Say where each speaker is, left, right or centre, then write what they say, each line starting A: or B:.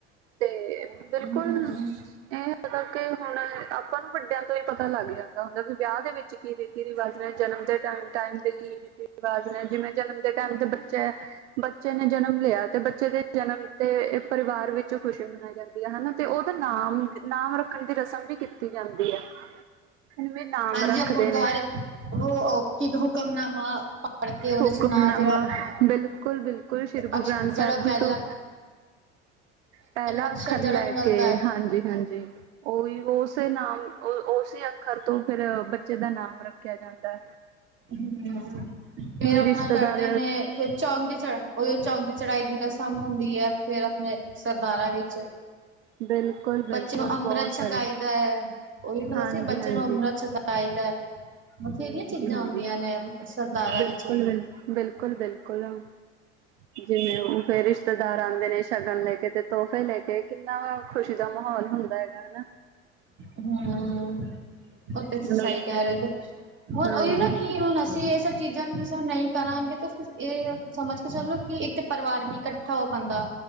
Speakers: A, on the right (about 75°); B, on the right (about 35°).
A: ਤੇ ਬਿਲਕੁਲ।
B: ਹਮ
A: ਸੁ ਐ ਕਿਉਂਕੇ ਹੁਣ ਆਪਾਂ ਨੂੰ ਵੱਡਿਆਂ ਤੋਂ ਈ ਪਤਾ ਲੱਗ ਜਾਂਦਾ ਹੁੰਦਾ ਵੀ ਵਿਆਂ ਦੇ ਵਿੱਚ ਕੀ ਰੀਤੀ- ਰਿਵਾਜ਼, ਜਨਮ ਦੇ ਟਾਈਮ-ਟਾਈਮ ਦੇ ਕੀ ਰੀਤੀ- ਰਿਵਾਜ਼ ਨੇ, ਜਿਵੇਂ ਜਨਮ ਦੇ ਟਾਈਮ ਦੇ ਬੱਚੇ ਬੱਚੇ ਨੇ ਜਨਮ ਲਿਆ ਤੇ ਬੱਚੇ ਦੇ ਜਨਮ ਤੇ ਪਰਿਵਾਰ ਵਿੱਚ ਖੁਸ਼ੀ ਮਨਾਈ ਜਾਂਦੀ ਏ, ਹਨਾ। ਤੇ ਓਦਾ ਨਾਮ ਦੇ ਨਾਮ ਰੱਖਣ ਦੀ ਰਸਮ ਵੀ ਕੀਤੀ ਜਾਂਦੀ ਐ। ਫੇਰ ਨਾਮ
B: ਹਾਂਜੀ
A: ਰੱਖਦੇ
B: ਓ ਗੁਰਦੁਆਰੇ,
A: ਨੇ
B: ਓ-ਓ ਕੀ ਓ ਹੁਕਮਨਾਮਾ? ਪੜ ਕੇ ਉਹਦੇ
A: ਹੁਕੁਮਨਾਮਾ
B: ਚ ਨਾ ਜਿਹੜਾ
A: ਬਿਲਕੁਲ- ਬਿਲਕੁਲ ਸ਼੍ਰੀ ਗੁਰੂ
B: ਅਕਸ਼
A: ਗ੍ਰੰਥ
B: ਜਿਹੜਾ
A: ਸੈਬ ਜੀ
B: ਪਹਿਲਾ
A: ਤੋ ਪਹਿਲਾ
B: ਅਕਸ਼ਰ
A: ਅੱਖਰ
B: ਜਿਹੜਾ
A: ਲੈ
B: ਨਿਕਲਦਾ
A: ਕੇ,
B: ਹੈ
A: ਹਾਂਜੀ- ਹਾਂਜੀ ਓਹੀ ਓਸੇ ਨਾਮ ਓਸੇ ਅੱਖਰ ਤੋ ਫਿਰ ਬੱਚੇ ਦਾ ਨਾਮ ਰੱਖਿਆ ਜਾਂਦੈ।
B: ਹੁੰ ਫੇ ਆਪਨਾ
A: ਰਿਸ਼ਤੇਦਾਰ
B: ਕਰਦੇ ਨੇ ਫੇਰ ਚੌਂਕੇ ਚੜ, ਉਈਓ ਚੌਂਕੇ ਚੜਾਈ ਦੀ ਰਸਮ ਹੁੰਦੀ ਐ। ਫੇਰ ਆਪਨੇ ਸਰਦਾਰਾਂ ਵਿੱਚ
A: ਬਿਲਕੁਲ ਬਿਲਕੁਲ
B: ਬੱਚੇ ਨੂੰ ਅੰਮ੍ਰਤ
A: ਬਹੁਤ
B: ਛਕਾਈਦੈ,
A: ਸਾਰੇ
B: ਓਹੀ ਮਲਬ
A: ਹਾਂਜੀ
B: ਸੀ ਬੱਚੇ
A: ਹਾਂਜੀ
B: ਨੂੰ ਅੰਮ੍ਰਤ ਛਕਾ ਆਈ ਦੈ ਬਥੇਰੀਆਂ
A: ਹਮ
B: ਚੀਜ਼ਾਂ
A: ਜੀ ਹਾਂਜੀ
B: ਆਂਦੀਆਂ ਨੇ ਸਰਦਾਰਾਂ
A: ਬਿਲਕੁਲ
B: ਵਿੱਚ ਵੀ‌।
A: ਬਿਲ ਬਿਲਕੁਲ- ਬਿਲਕੁਲ ਜਿਵੇਂ ਫੇਰ ਰਿਸ਼ਤੇਦਾਰ ਆਂਦੇ ਨੇ ਸ਼ਗਨ ਲੈ ਕੇ ਤੇ ਤੋਫ਼ੇ ਲੈ ਕੇ, ਕਿੰਨਾ ਖ਼ੁਸ਼ੀ ਦਾ ਮਾਹੌਲ ਹੁੰਦਾ ਹੈਗਾ ਹਨਾ।
B: ਹੁੰ, ਓ ਤੇ ਤੁਸਈ
A: ਮਤਲਬ
B: ਕੈ ਰੇ ਤੇ ਹੁਣ
A: ਹਾਂਜੀ
B: ਓਈ ਨਾ ਕੀ ਹੋਨਾ ਸੀ ਏਸ ਚੀਜਾਂ ਦੀ ਸੰਭਾਈ ਨਈ ਕਰਾਂਗੇ ਤੇ ਫੇ ਏ ਸਮਝ ਕੇ ਚਲੋ ਕਿ ਇੱਕ ਪਰਿਵਾਰ ਨੀ ਕੱਠਾ ਹੋ ਪਾਂਦਾ।